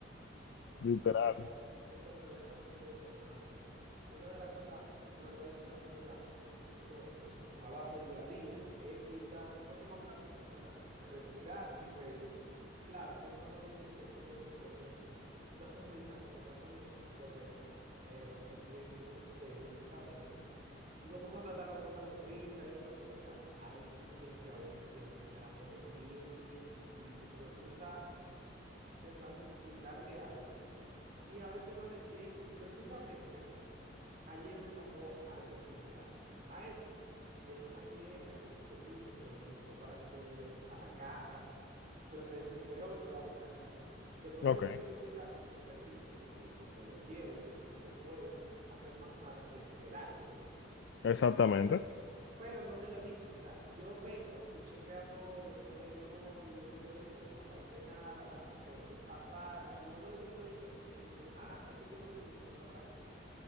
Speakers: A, on the right; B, on the left.
A: Sí,
B: literal.
A: entonces, eso, bregar con gente es lo más difícil. Una de las cosas de las cuales quizás me ayuda muchísimo en mi trabajo día a día es quizás no tomarme las cosas personales, respirar y reírme. Claro, siempre nos dicen que uno tiene que tener una sonrisa, en el caso mío, porque eh, el cliente sí nos ve físicamente, y como uno tratarlo con una sonrisa y eso, pero mira, hay clientes a veces que te la ponen bien, bien difícil, porque tú estás intentando explicarle algo y a veces no lo entienden. Precisamente ayer me pasó algo similar a eso. Llega una clienta con un servicio que lo solicitó para que se lo lleven a la casa, pero se desesperó y fue a la ventanilla. Después
B: Ok.
A: de que tú solicitas un servicio que te lo lleven, tú no puedes hacer más nada que esperar que te lo lleven
B: Exactamente.
A: pero no te lo dice. O sea, yo vengo, tú chequeas todo, tú ves el código, tú dices, oye, pero no aparece nada, veo que está paga. Luego de que tú le dices eso, te dicen, ah, es que yo la solicité para la casa.